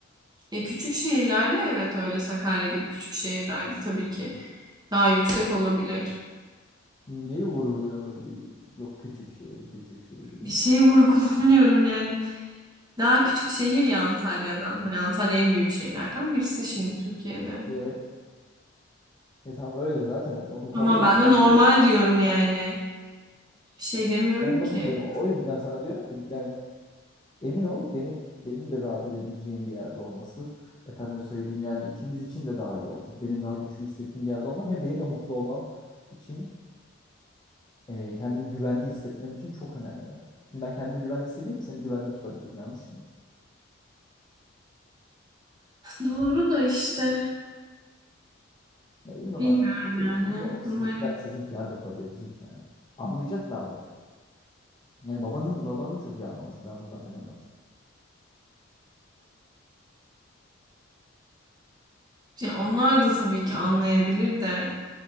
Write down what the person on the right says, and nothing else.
E küçük şehirlerde evet öyle Sakarya gibi küçük şehirlerde tabii ki daha yüksek olabilir.
Bir şey <laughs> vurgulamıyorum yani. Daha küçük şehir ya Antalya'dan. Hani Antalya en büyük şehirlerden birisi şimdi Türkiye'de.
Ama
ben de normal diyorum yani. Bir şey
demiyorum
ki.
Doğru da işte
bilmiyorum
yani
bunları.
Ya onlar da tabii ki anlayabilir de